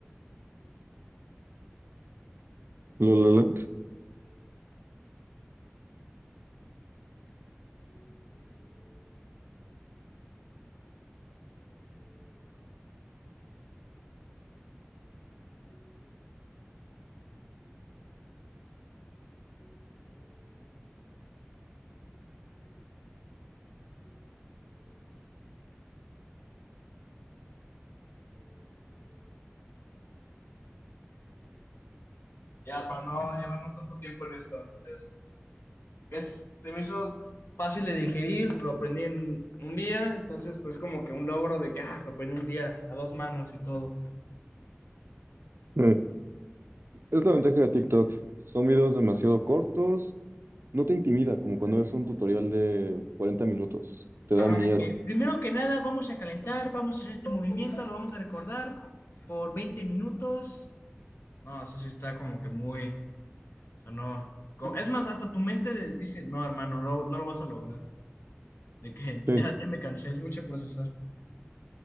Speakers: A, on the right (about 60°); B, on the left (about 65°).
A: lo, lo, lo.
B: ya para no llevarnos tanto tiempo en esto. Entonces, es, se me hizo fácil de digerir, lo aprendí en un día, entonces pues como que un logro de que, ah, lo aprendí un día a dos manos y todo.
A: Eh, Es la ventaja de TikTok. Son videos demasiado cortos. No te intimida como cuando ves un tutorial de 40 minutos. Te
B: Ajá,
A: da miedo.
B: de que primero que nada vamos a calentar, vamos a hacer este movimiento, lo vamos a recordar por 20 minutos. No, eso sí está como que muy, o sea, no. co- Es más, hasta tu mente de- dice, no, hermano, no, no lo vas a lograr. De que
A: Sí,
B: ya, ya me cansé, es mucho procesar.